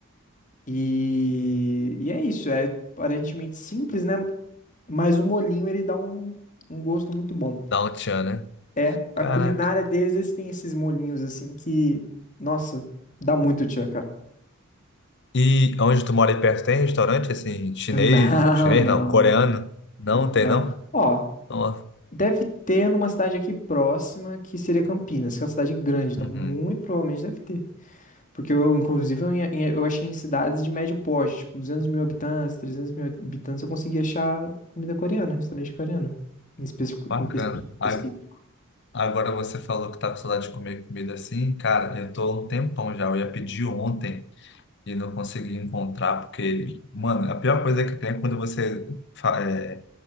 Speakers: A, on the left; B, on the left.
A: E, e é isso, é aparentemente simples, né? Mas o molhinho ele dá um, um gosto muito bom.
B: dá um tchan, né?
A: É, a
B: Caraca.
A: culinária deles, eles têm esses molhinhos assim que, nossa, dá muito tchan, cara.
B: E onde tu mora aí perto tem restaurante assim, chinês,
A: <laughs> Não,
B: ou chinês
A: não,
B: não, coreano?
A: não,
B: Não
A: não.
B: tem não?
A: Ó,
B: Ó,
A: deve ter numa cidade aqui próxima que seria Campinas, que é uma cidade grande, então
B: uhum,
A: muito provavelmente deve ter. Porque eu, inclusive, eu, em- em- eu achei em cidades de médio porte, tipo 200 mil habitantes, 300 mil habitantes, eu consegui achar comida coreana, restaurante coreano, em específico.
B: Bacana.
A: Em espe-
B: A-
A: específico.
B: Agora você falou que tá com saudade de comer comida assim. Cara, eu tô há um tempão já. Eu ia pedir ontem. e não consegui encontrar, porque, mano, a pior coisa que tem é quando você fa- é,